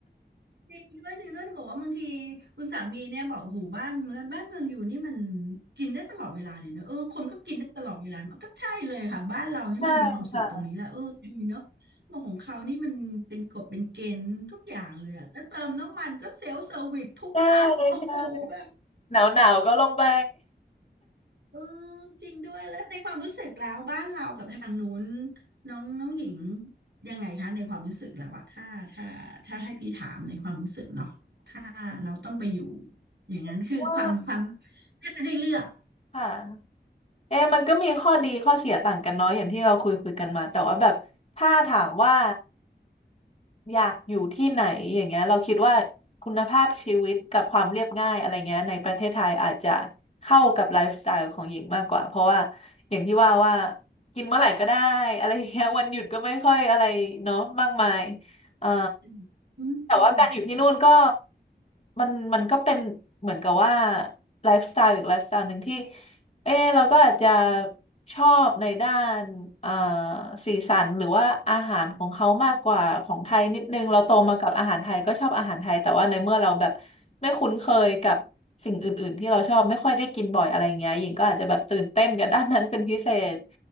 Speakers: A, on the right; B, on the left.
A: จริงด้วยจริงด้วยจะบอกว่าบางทีคุณสามีเนี่ยบอกหูบ้านเมืองบ้านเมืองอยู่นี่มันกินได้ตลอดเวลาเลยเนอะเออคนก็กินได้ตลอดเวลาก็ใช่เลยค่ะบ้านเรานี่มันมีความสุขตรงนี้แหละเออดีเนาะ
B: <laughs> ใช่ค่ะ
A: บอกของเขานี่มันเป็นกฎเป็นเกณฑ์ทุกอย่างเลยอะแล้วเติมน้ำมันก็เซลฟ์เซอร์วิสทุกปั๊มโอ้โหแบบ
B: ใช่ใช่หนาวหนาวก็ลงไป
A: เออจริงด้วยแล้วในความรู้สึกแล้วบ้านเรากับทางนู้นน้องน้องหญิงยังไงคะในความรู้สึกแล้วอะถ้าถ้าถ้าให้พี่ถามในความรู้สึกเนาะถ้าเราต้องไปอยู่อย่างนั้นคือความความ
B: <laughs> ว่า
A: ถ้าจะให้เลือก
B: ค่ะเอ๊ะมันก็มีข้อดีข้อเสียต่างกันเนาะอย่างที่เราคุยคุยกันมาแต่ว่าแบบถ้าถามว่า อยากอยู่ที่ไหนอย่างเงี้ยเราคิดว่าคุณภาพชีวิตกับความเรียบง่ายอะไรเงี้ยในประเทศไทยอาจจะเข้ากับไลฟ์สไตล์ของหญิงมากกว่าเพราะว่าอย่างที่ว่าว่ากินเมื่อไหร่ก็ได้อะไรเงี้ยวันหยุดก็ไม่ค่อยอะไรเนาะมากมายเอ่อ
A: อืมอืม
B: แต่ว่าการอยู่ที่นู่นก็มันมันก็เป็นเหมือนกับว่าไลฟ์สไตล์อีกไลฟ์สไตล์หนึ่งที่ เออเราก็อาจจะชอบในด้านเอ่อสีสันหรือว่าอาหารของเขามากกว่าของไทยนิดนึงเราโตมากับอาหารไทยก็ชอบอาหารไทยแต่ว่าในเมื่อเราแบบไม่คุ้นเคยกับสิ่งอื่นๆที่เราชอบไม่ค่อยได้กินบ่อยอะไรเงี้ยหญิงก็อาจจะแบบตื่นเต้นกับด้านนั้นเป็นพิเศษ